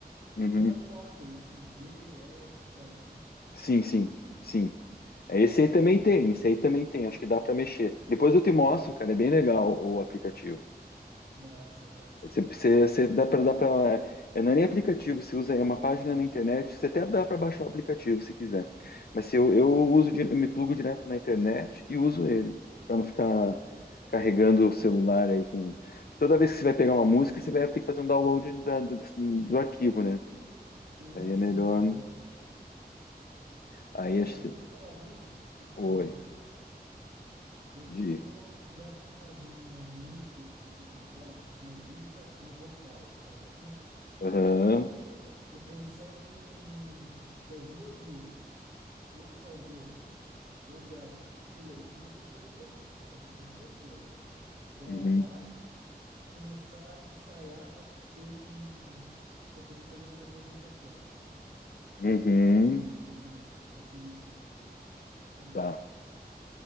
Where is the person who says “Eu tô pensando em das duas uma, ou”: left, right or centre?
Right